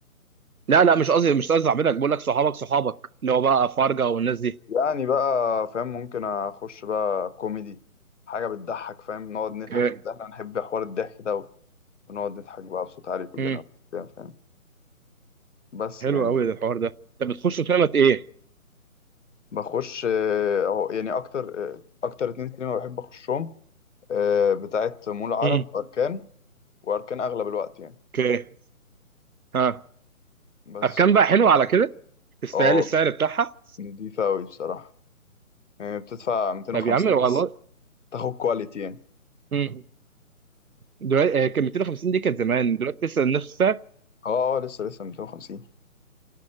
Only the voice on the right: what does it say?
لا لا مش قصدي مش قصدي صاحبتك بقول لك صحابك صحابك اللي هو بقى فرجة والناس دي
اوكي
امم
حلو
قوي ده الحوار ده طب بتخش قمة ايه؟
امم
اوكي ها
اركان بقى حلو على كده تستاهل
السعر بتاعها
طب يا عم لو
والله
امم دلوقتي
آه، كان 250 دي كانت زمان دلوقتي لسه نفس السعر